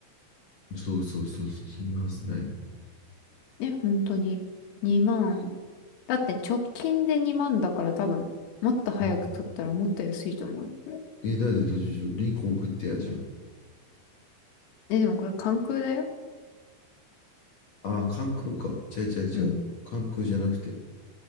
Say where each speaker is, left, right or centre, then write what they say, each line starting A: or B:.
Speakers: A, on the left; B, on the left.
A: そうそうそうそう、そんなはずない。
B: ね、本当に。2万。だって直近で2万だから多分、もっと早く取ったらもっと安いと思うよ、
A: うん。
B: これ。
A: え、だってどうしよう。リンク送ってや、じゃ
B: え、でもこれ関空だよ。
A: あ。ああ、関空か。違う違う違う。
B: うん。
A: 関空じゃなくて。